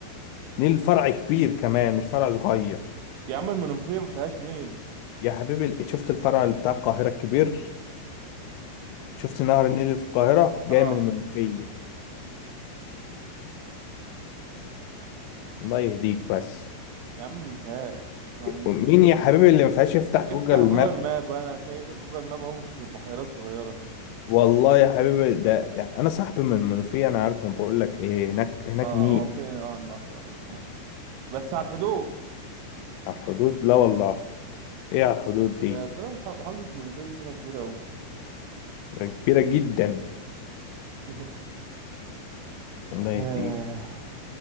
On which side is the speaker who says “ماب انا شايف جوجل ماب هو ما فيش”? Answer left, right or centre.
Right